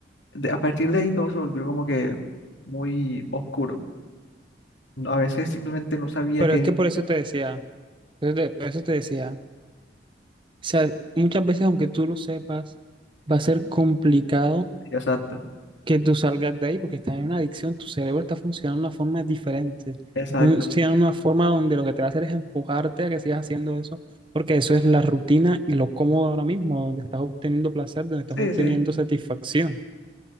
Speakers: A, on the left (about 80°); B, on the right (about 25°).
A: de- a partir de ahí todo se volvió como que muy oscuro. No- A veces simplemente no sabía
B: Pero
A: qué
B: es
A: di-
B: que por eso te decía, por eso te por eso te decía. O sea, muchas veces, aunque tú lo sepas, va a ser complicado
A: Exacto,
B: que tú salgas de ahí porque estás en una adicción, tu cerebro está funcionando de una forma diferente.
A: exacto.
B: Está funcionando de una forma donde lo que te va a hacer es empujarte a que sigas haciendo eso, porque eso es la rutina y lo cómodo ahora mismo, donde estás obteniendo placer, donde estás
A: Sí,
B: obteniendo
A: sí,
B: satisfacción.